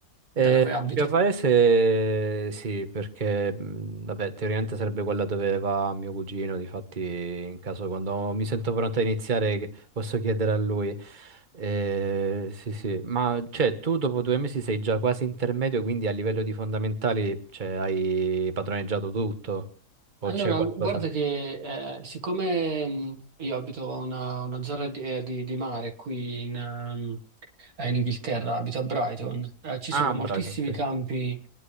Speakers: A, on the right; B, on the right.
A: Eh,
B: da dove abiti?
A: il mio paese sì, perché mh, vabbè, teoricamente sarebbe quella dove va mio cugino, difatti in caso quando mi sento pronto a iniziare che- posso chiedere a lui. Eh, sì, sì, ma cioè tu dopo due mesi sei già quasi intermedio, quindi a livello di fondamentali cioè, hai padroneggiato tutto o
B: Allora,
A: c'è qualcosa?
B: guarda che eh, siccome mh, io abito una, una zona di, eh, di- di mare qui in, ehm, eh, in Inghilterra, abito a Brighton, eh, ci
A: Ah,
B: sono
A: bravo,
B: moltissimi
A: sì, sì.
B: campi,